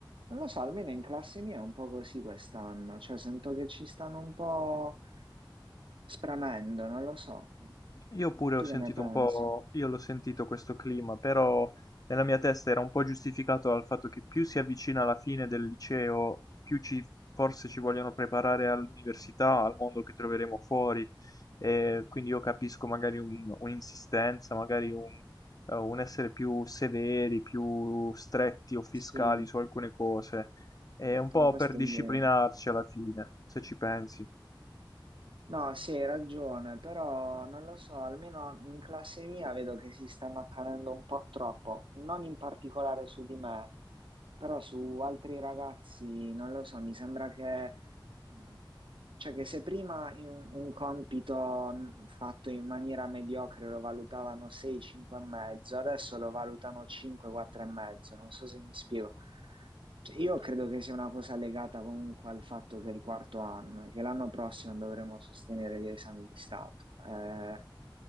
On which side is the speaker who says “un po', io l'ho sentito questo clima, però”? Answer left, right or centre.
Left